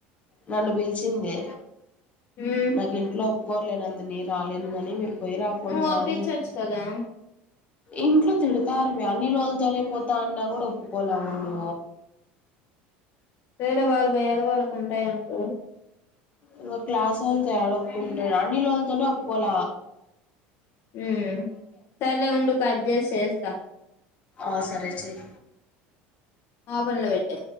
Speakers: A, on the left; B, on the left.
A: నన్ను పిలిచింది
B: ఉమ్
A: నాకు ఇంట్లో బోర్లేనందు నీరు రాలేను గాని మీరు పోయిరాపోండ్రా
B: నువ్వు ఒప్పించచ్చు
A: రా అని చెప్ప
B: కదా
A: ఇంట్లో తిడతారు మీ అనిల్ వాళ్లతోనే పోతా అన్నా కూడా ఒప్పుకోలే వాళ్లు
B: సరే వాళ్ళు భయాలు వాళ్ళకు ఉంటాయి అనుకో
A: ఇంకా క్లాస్ వాళ్ళతో యాడ ఒప్పుకుంటారు అనిల్ వాళ్ళతోనే ఒప్పుకోల
B: మ్మ్ సర్లే ఉండు కట్ చేసి చేస్తా
A: ఆ సరే చేయి
B: ఆవన్ లో పెట్టా